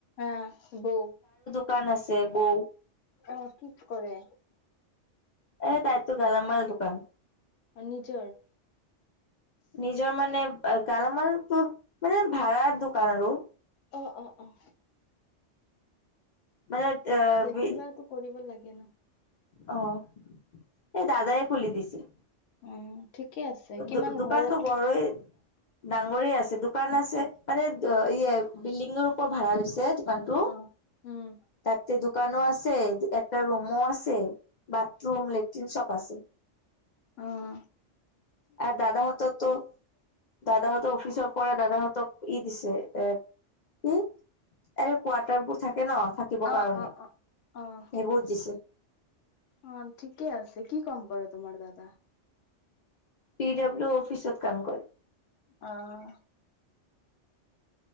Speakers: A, on the left; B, on the left.
A: আহ বৌ।
B: কান আছে বৌ।
A: অ কি কৰে?
B: এ তাইতো গালা মাল দোকান।
A: নিজৰ
B: নিজৰ মানে আ গালামাল তোৰ মানে ভাড়াৰ দোকান আৰু।
A: অ অ অহ।
B: মানে আহ বিল
A: কিবা এটা কৰিব লাগে ন।
B: অঁ। এ দাদাই খুলি দিছিল।
A: উম ঠিকে আছে
B: দোকানতো
A: কিমান ঘৰত
B: বৰই ডাঙৰে আছে দোকান আছে মানে ইয়ে বিল্ডিঙৰ ওপৰত ভাড়া লৈছে দোকানতো।
A: অ'। উম।
B: ততে দোকানো আছে একটা ৰুমো আছে বাথৰুম, লেট্ৰিন সব আছে।
A: অহ।
B: আৰু দাদা হঁতৰতো দাদাহঁতৰ অফিচৰ পৰা দাদাহঁতক ই দিছে এ ই আৰে কোৱাৰ্টাৰবোৰ থাকে ন থাকিবৰ
A: অ'
B: কাৰণে
A: অ'
B: সেইবোৰত
A: অ' অ'
B: দিছে।
A: অ ঠিকে আছে, কি কাম কৰে তোমাৰ দাদা?
B: পি ডাব্লিউ অফিচত কাম কৰে।
A: অঁহ।